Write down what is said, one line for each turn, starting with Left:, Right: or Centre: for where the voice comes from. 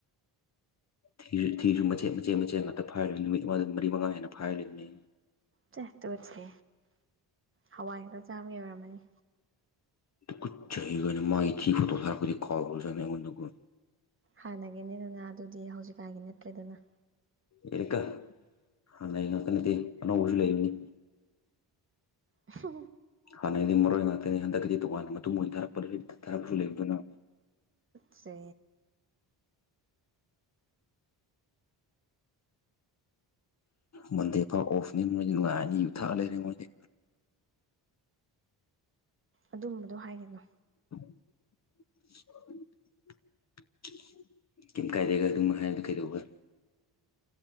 Left: ꯊꯤꯁꯨ ꯊꯤꯁꯨ ꯃꯆꯦꯠ ꯃꯆꯦꯠ ꯃꯆꯦꯠ ꯉꯥꯛꯇ ꯐꯥꯏꯔꯤꯕꯅꯤ ꯅꯨꯃꯤꯠ ꯃꯉꯥ ꯃꯔꯤ ꯃꯉꯥ ꯍꯦꯟꯅ ꯐꯥꯏꯔꯤꯕꯅꯤ
Right: ꯆ ꯇꯣꯠꯁꯦ ꯍꯋꯥꯏ ꯈꯛꯇ ꯆꯥꯕꯒꯤ ꯑꯣꯏꯔꯝꯃꯅꯤ
Left: ꯠ ꯆꯍꯤ ꯑꯣꯏꯅ ꯃꯥꯒꯤ ꯊꯤ ꯐꯣꯇꯣꯛ ꯊꯔꯛꯄꯗꯤ ꯀꯥꯎꯖꯠꯅꯤ ꯑꯩꯉꯣꯟꯗ
Right: ꯍꯥꯟꯅꯒꯤꯅꯤꯗꯅ ꯑꯗꯨꯗꯤ ꯍꯧꯖꯤꯛꯀꯥꯏꯒꯤ ꯅꯠꯇ꯭ꯔꯦꯗꯅ
Left: ꯑꯦꯔꯀ ꯍꯥꯟ ꯂꯩ ꯉꯛꯇ ꯅꯠꯇ ꯑꯅꯧꯕꯁꯨ ꯂꯩꯃꯤꯅꯤ
Right: ꯍ
Left: ꯍꯥꯟꯅꯩꯗꯤ ꯃꯔꯣꯏ ꯉꯥꯛꯇꯅꯤ ꯍꯟꯗꯛꯀꯤꯗꯤ ꯇꯣꯉꯥꯟꯅ ꯃꯇꯨꯡ ꯊꯥꯔꯛꯄ ꯊꯥꯔꯛꯁꯨ ꯂꯩꯕ ꯑꯗꯨꯅ
Right: ꯎꯆ
Left: ꯃꯟꯗꯦ ꯄꯥꯎ ꯑꯣꯐꯅꯤ ꯃꯣꯏ ꯅꯨꯡꯉꯥꯏꯅꯤ ꯌꯨ ꯊꯛꯑ ꯂꯩꯔꯦ ꯃꯣꯏꯗꯤ
Right: ꯑꯗꯨꯝꯕꯗꯣ ꯍꯥꯏꯒꯅꯨ
Left: <unintelligible> ꯀꯩꯝ ꯀꯥꯏꯗꯦꯒ ꯑꯗꯨꯝ ꯍꯥꯏꯗ ꯀꯩꯗꯧꯒ